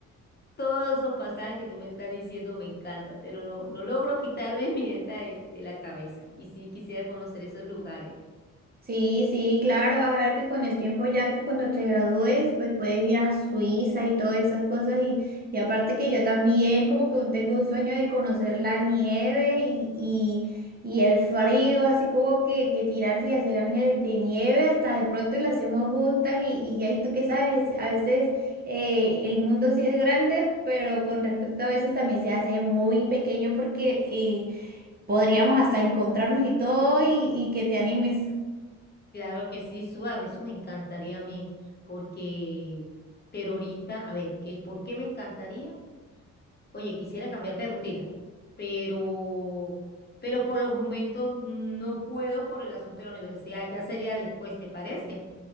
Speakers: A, on the left; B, on the right.
A: Todos esos pasajes que tú me estás diciendo me encanta, pero no, no logro quitarme <laughs> mi meta de, de la cabeza. Y sí quisiera conocer esos lugares.
B: Sí, sí, claro, vas a ver que con el tiempo ya que cuando te gradúes, pues puedes ir a Suiza y todas esas cosas y, y aparte que yo también como que tengo un sueño de conocer la nieve y, y, y el frío, así como que, que tirarse y hacer ángeles de nieve hasta de pronto y lo hacemos juntas y, y ahí tú qué sabes, a veces eh, el mundo sí es grande, pero con respecto a veces también se hace muy pequeño porque eh, podríamos hasta encontrarnos y todo y, y que te animes.
A: Claro que sí, Suar, eso me encantaría a mí, porque, pero ahorita, a ver, el por qué me encantaría, oye, quisiera cambiar de rutina, pero, pero por los momentos no puedo por el asunto de la universidad, ya sería después, ¿te parece?